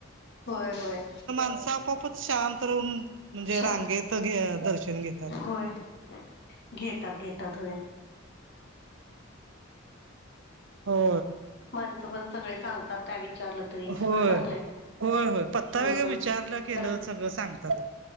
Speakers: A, on the left; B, on the right.
A: होय होय.
B: माणसा आपपच शांत राहून म्हणजे
A: शांत
B: रांगेत दर्शन घेतात.
A: होय. घेतात घेतात होया.
B: हो.
A: माणसं पण सगळे सांगतात काय विचारलं तरी
B: होय
A: सगळं चांगलंय.
B: होय होय पत्ता
A: हम्म
B: वगरे विचारलं केलं
A: तर
B: सगळं सांगतात.